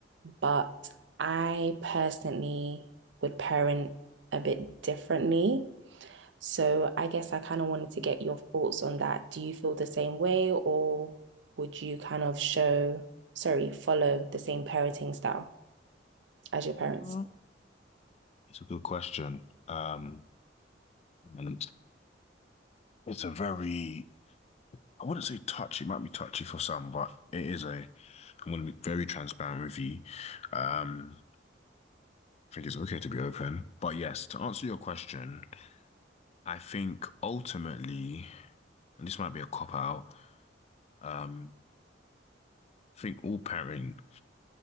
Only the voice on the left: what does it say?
Mm. It's a good question. Um, and it's a very, I wouldn't say touchy, it might be touchy for some, but it is a, I'm going to be very transparent with you. Um, I think it's okay to be open. But yes, to answer your question, I think ultimately, and this might be a cop out, um, I think all parenting